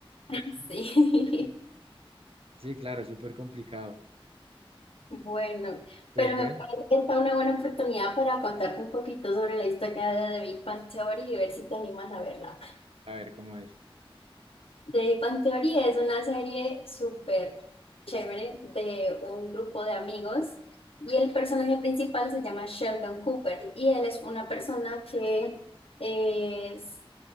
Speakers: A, on the left; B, on the right.
A: <laughs> sí.
B: Sí, claro, es súper complicado.
A: Bueno,
B: Pues
A: pero
B: bueno,
A: me parece que esta es una buena oportunidad para contarte un poquito sobre la historia de The Big Bang Theory y ver si te animas a verla.
B: a ver cómo es.
A: The Big Bang Theory es una serie súper chévere de un grupo de amigos y el personaje principal se llama Sheldon Cooper y él es una persona que es